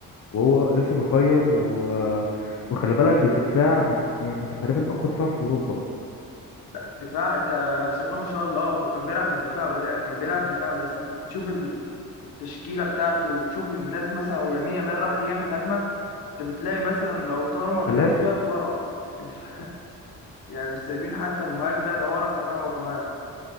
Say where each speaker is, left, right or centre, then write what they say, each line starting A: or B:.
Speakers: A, on the left; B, on the left.
A: وهو لسه صغير و... وخلي بالك ضد دفاع من يعني تقريبا اقوى دفاع في اوروبا
B: لا الدفاع انت بسم الله ما شاء الله هو كان بيلعب بالدفاع بقى يعني كان بيلعب دفاع بس كنت تشوف ال- التشكيله بتاعته وتشوف الناس مثلا ويمين يامال راح يعمل هجمه انت بتلاقي مثلا لو طار مارتينيز
A: ثلاثه
B: واقف ورا الدفاع يعني مش سايبين حتى المهاجم لا ده ورا كمان هو كمان